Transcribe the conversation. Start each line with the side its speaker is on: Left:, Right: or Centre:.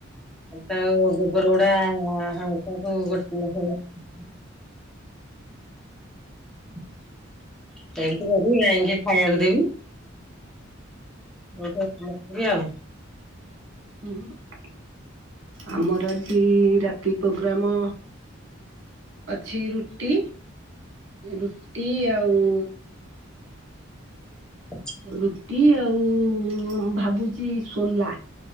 Centre: ଏଇତ ଗୋବର ଗୁଡା ହାଉ ତାକୁ ଗୋଟେ <unintelligible> ଏମିତି କରିବି ଗାଇଙ୍କି ଖାଇବାକୁ ଦେବି। <unintelligible> ଆଉ।
Right: ହୁଁ। ଆମର ଆଜି ରାତି ପ୍ରୋଗ୍ରାମ ଅଛି ରୁଟି ରୁଟି ଆଉ
Centre: <inaudible>
Right: ରୁଟି ଆଉ ଭାବୁଚି ସୋଲା